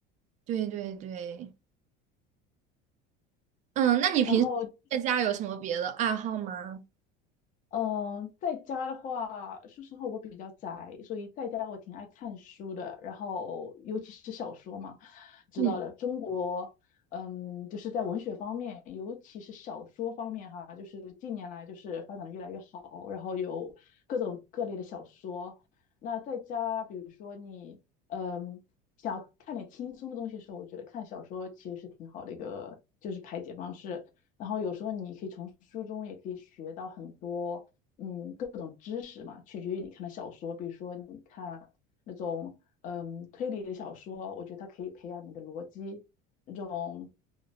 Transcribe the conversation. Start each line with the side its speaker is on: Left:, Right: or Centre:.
Right: 对对对，嗯，那你平时在家有什么别的爱好吗？
Left: 然后嗯，在家的话，说实话我比较宅，所以在家我挺爱看书的。然后尤其是小说嘛，知道的，
Right: 嗯，
Left: 中国，嗯，就是在文学方面，尤其是小说方面哈，就是近年来就是发展的越来越好，然后有各种各类的小说。那在家，比如说你，嗯，想要看点轻松的东西的时候，我觉得看小说其实是挺好的一个就是排解方式。然后有时候你可以从书中也可以学到很多，嗯，各种知识嘛，取决于你看的小说。比如说你看那种嗯推理的小说，我觉得它可以培养你的逻辑；那种